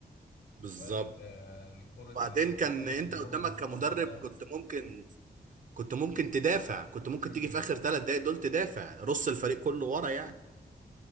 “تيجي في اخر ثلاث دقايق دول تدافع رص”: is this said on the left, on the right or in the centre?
Right